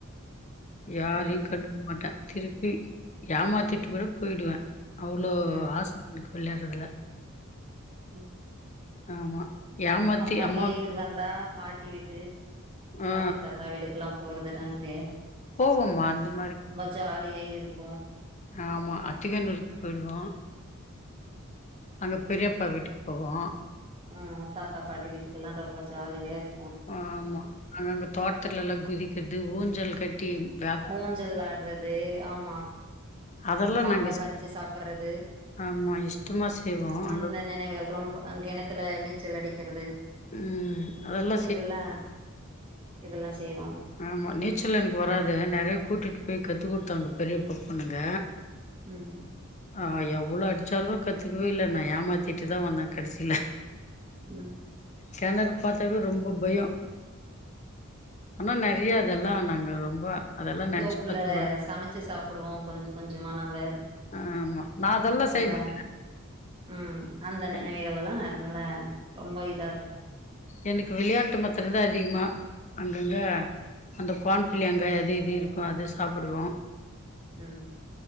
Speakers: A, on the left; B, on the right.
A: யாரையு
B: ம்
A: கண்டுக்க மாட்டே திருப்பி ஏமாத்திட்டு கூட போயிடுவே அவ்ளோ
B: ம்
A: ஆச இருக்கு விளையாடுறதுல
B: ம்
A: ஆமா ஏமாத்தி
B: சம்மர்
A: அம்மா
B: லீவு வந்தா பாட்டி வீட்டு
A: ஆ
B: பாட்டி தாத்தா வீட்டுக்கு எல்லா <unintelligible>
A: போவமா அந்த மாரி கு
B: ஜாலியா இருப்போ
A: ஆமா அத்திக்கண்ணூருக்கு போயிடுவோ அங்க பெரியப்பா வீட்டுக்கு போவோ
B: ஆஹம் தாத்தா பாட்டி வீட்டுக்கெல்லா ரொம்ப ஜாலியா இருக்
A: ஆமா அங்க தோட்டத்ல எல்லா குதிக்கிறது ஊஞ்சல் கட்டி வி
B: ஊஞ்சல் ஆடுறது ஆமா
A: அதெல்லா
B: மாங்காய்
A: நாங்க இஷ்
B: பறிச்சு சாப்பறது
A: ஆமா இஷ்டமா செய்வோ அங்க
B: அந்த நினைவுகள் ரொம்ப அ கிணத்துல நீச்சல் அடிக்கிறது
A: ம் ரொம்ப
B: இதெல்லா இதெல்லா செய்வோம்
A: ஆமா நீச்சல் எனக்கு வராது நெறய கூட்டிட்டு போய் கற்றுக் கொடுத்தாங்க பெரிய ப பொண்ணுங்க
B: ம்
A: ஆ எவ்வளோ அடிச்சாலு கத்துக்கவே இல்ல நா ஏமாத்திட்டு தா வந்தே கடசில
B: ம்
A: கிணறு பாத்தாவே ரொம்ப பயம் ஆனா நிறைய அதெல்லா நாங்க ரொம்ப அதெல்லா நெனச்சு
B: தோப்புல
A: பாத்துக்குவே
B: சமைச்சு சாப்பிடுவோ கொஞ்ச கொஞ்சமா நம்ம
A: ஆ ஆமா நா அதெல்லா
B: அந்த
A: செய்வேன்
B: ம் அந்த நினைவைகள்
A: என்
B: எல்லா நல ரொம்ப இதா இருக்கும்
A: எனக்கு விளையாட்டு மாத்திரந்தாஅதிகமா அங்கங்க அந்த குவான் பிள்ளை அங்க அது இது இருக்கு அது சாப்பிடுவோ
B: ம்